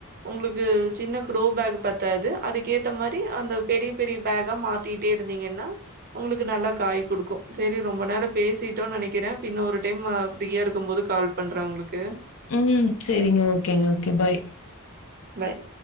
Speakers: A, on the right; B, on the left.
A: உங்ளுக்கு சின்ன க்ரோ பேக் பத்தாது அதுக்கு ஏத்த மாரி அந்த பெரிய பெரிய பேங்கா மாத் ட்டிட்டே இருந்தீங்கன்னா உங்களுக்கு நல்லா காய் குடுக்கு சேரி ரொம்ப நேரோ பேசிட்டு டோன்னு நெனைக்கிற பின்ன ஒரு டைம்மு ஃப்ரீயா இருக்கும் போது கால் பண்றே உங்களுக்கு
B: ம் செரிங்க ஓகேங்க ஓகே பாய்
A: பாய்